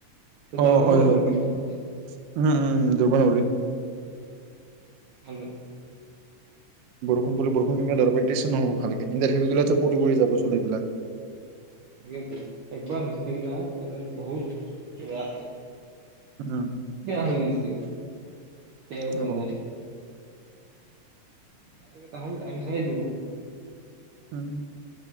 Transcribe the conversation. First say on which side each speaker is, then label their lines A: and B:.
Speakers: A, on the right; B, on the right.
A: তই যাবও
B: অ হয়
A: নোৱাৰিবি
B: হয় হয়,
A: শেষত
B: উম উম উম দুৰ্ব নৰী।
A: ভালে।
B: বোলো বৰষুণ কেনকে দৰৰ প্ৰেক্টিছ নহ'ব ভালকে। ইণ্টাৰভিউ বিলাক ত পৰি পৰি যাব চোন এই বিলাক।
A: সেইতো একবাৰ হৈছিল না হেতৰ বহুত কিবা।
B: উম
A: বেয়া হৈ গৈছিল, বেয়া উঠি
B: অ
A: যায়। এতিয়া এ তাহুম টাই চাই দিব।
B: হুম।